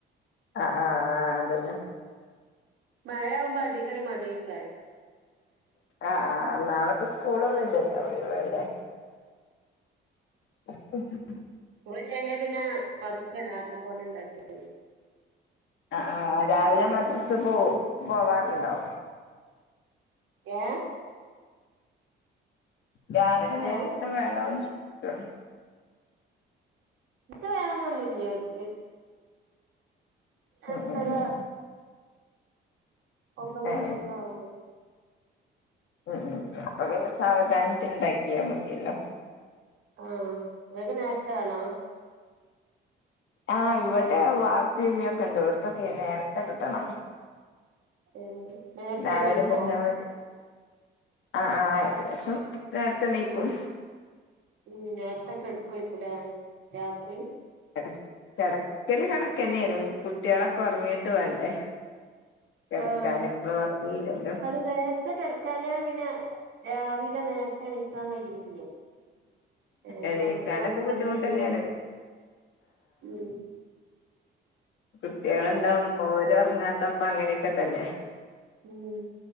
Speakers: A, on the left; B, on the right.
A: ആഹ ആഹ ആഹ് അതന്നെ
B: മഴ ആകുമ്പോ അധികം ഒരു മടിക്ക
A: ആഹ് ആ് നാളെ ഇപ്പ സ്കൂളൊന്നും ഇല്ലല്ലോ അവിടെ ഇടെല്ലേ ഉ
B: പോഞ്ഞ പിന്നെ പ ൻ പോലെ ഉണ്ടാക്കിയ
A: ആ രാവിലെ മദ്രസ് പോ പോവാറുണ്ടോ
B: ഏ
A: രാവിലെ
B: ഹലോ
A: നേരത്തെ വേണോന്ന് <unintelligible>
B: ഇട്ട വേണംന്ന് വന്നില്ല അവർക്ക് എത്തര
A: ഉം ഉം
B: ഒമ്പത്
A: ഏ
B: മണിൊക്കെ ആും
A: ഉം ഉ അപ്പൊ പിന്നെ സാവധാനത്തി ഉണ്ടാക്കിയാ മതിയല്ലോ
B: ആഹ അതൊക്കെ നേട്ടാണോ
A: ആഹ് ഇവിടെ വാപ്പിയമ്മയൊക്കെ ഉണ്ട് അവർക്കൊക്കെ നേരത്തെ കിട്ടണം
B: ആഹ നേരത്തെ
A: രാവിലെ
B: എണീക്കൊ
A: പിന്നെ ഒരു ആ ആ ഏകദേശം നേരത്തെ എഴുനാകും
B: ഉം നേരത്തൊക്കെ കേതാകുവരും രാത്രി
A: ട കിടക്കല് കണക്ക തന്നെയാണ് കുട്ടികളൊക്കെ ഉറങ്ങിട്ട് വേണ്ടേ കിടക്കാന്
B: ആഹ
A: ഇപ്പളും ഉറങ്ങിയില്ലല്ലോ
B: അത് നേരത്തെ കിടക്കാന പിന്നെ രാവിലെ നേരത്തെ എണീക്കാൻ കഴിയും ഒരു
A: എണീക്കാനൊക്കെ
B: പന്ത്രണ്ട് മണക്കാൾ
A: ബുദ്ധിമുട്ട്
B: കഴിഞ്ഞല്
A: തന്നെയാണ്
B: ഉ
A: കുട്ടികള ഇണ്ടാവും ഓരും ഇറങ്ങാത്ത അപ്പ അങ്ങനെയൊക്കെ തന്നെ
B: ഉം